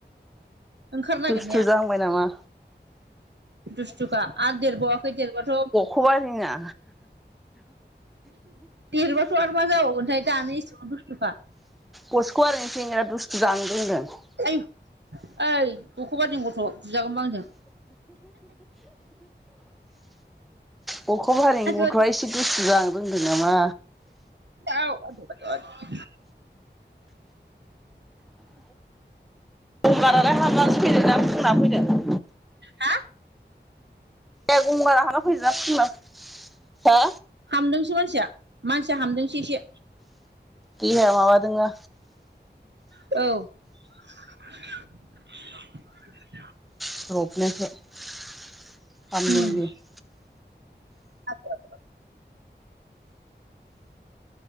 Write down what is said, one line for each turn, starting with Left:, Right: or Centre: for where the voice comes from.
Right: ओंखारनो नागेरनाया।
Centre: दुस्थु जाहांबाय नामा
Right: दुसथ'खा आरो देरबावाखै देरबाथ
Centre: खवा हिङा
Right: देरबाथ आरो मा जाबावगोनथाय दानो इसेबां दुसथखा।
Centre: गसख' ओरैनो सेंग्रा दुस्थु जाहांनो रोंदों।
Right: आयु ओइ दखबादिनि गथ बुजागोनबो आंजों।
Centre: गखबारिनि
Right: आयु
Centre: गथवा इसे दुस्थ जाहांनो रोंदों नामा?
Right: औ <unintelligible>
Centre: गंगारालाय हामनानैसो फैदों ना फुंना फैदों?
Right: हा?
Centre: ए गंगारा हामना फैदों ना फुंना हा?
Right: हामदोंसो मानसिया मानसिया हामदोंसो एसे
Centre: देहाया माबादोंना
Right: औ
Centre: <unintelligible>
Right: नुबाय <unintelligible>